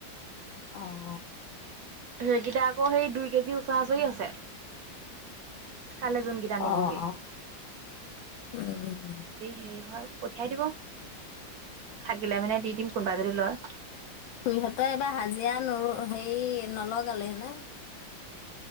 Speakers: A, on the left (about 80°); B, on the right (about 65°).
A: অ
B: সেইকেইটা আকৌ সেই দুই কেজি ওচৰা ওচৰি আছে কালি যোনকেইটা নিবহি
A: অ', অ', উম,
B: হেৰি হয় পঠিয়াই দিব থাকিলে মানে দি দিম কোনবা যদি লয়
A: খুৰী হঁতৰ এবাৰ হাজিৰা নো হেৰি নলগালে ন